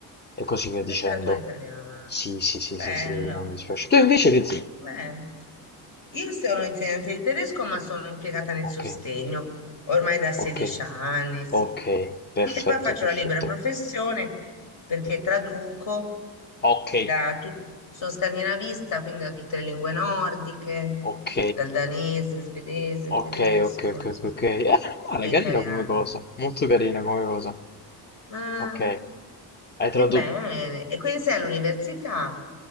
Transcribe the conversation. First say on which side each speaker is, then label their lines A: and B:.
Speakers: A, on the left; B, on the left.
A: E così via dicendo.
B: Letteratura italiana.
A: Sì, sì, sì,
B: Bello,
A: sì, sì, non mi dispiace. Tu invece che insegni?
B: bello. Io sono insegnante di tedesco, ma sono impiegata nel
A: Ok,
B: sostegno ormai da 16
A: ok,
B: anni, sì.
A: ok, perfetto,
B: E poi faccio
A: perfetto.
B: la libera professione perché traduco
A: Ok,
B: da tut- sono scandinavista, quindi da tutte le lingue nordiche,
A: ok.
B: dal danese, svedese,
A: Ok,
B: tedesco,
A: ok, ok,
B: insomma,
A: ok, ok. Eh, non male,
B: e
A: carina
B: italiano.
A: come cosa. Molto carina come cosa.
B: Ma
A: Ok, hai tradotto.
B: ebbene, e quindi sei all'università